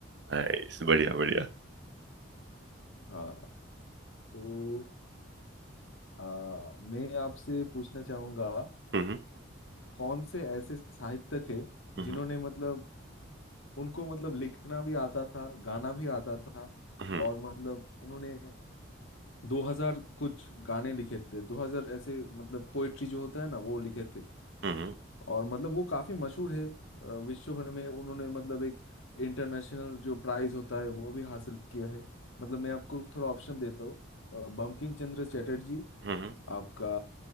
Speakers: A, on the right; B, on the left.
A: नाइस बढ़िया बढ़िया
B: हाँ तो आ, मैं आपसे पूछना चाहूंगा आ,
A: हम्म
B: कौन से ऐसे साहित्यक है
A: हम्म
B: जिन्होंने मतलब उनको मतलब लिखना भी आता था गाना भी आता था
A: हम्म
B: और मतलब उन्होंने दो हजार कुछ गाने लिखे थे दो हजार ऐसे मतलब पोएट्री जो होता है ना वो लिखे थे
A: हम्म
B: और मतलब वो काफी मशहूर है अ, विश्व भर में उन्होंने मतलब एक इंटरनेशनल जो प्राइज होता है वो भी हासिल किया है मतलब मैं आपको थोड़ा ऑप्शन देता हूँ अ, बंकिम चंद्र चटर्जी
A: हम्म हम्म
B: आपका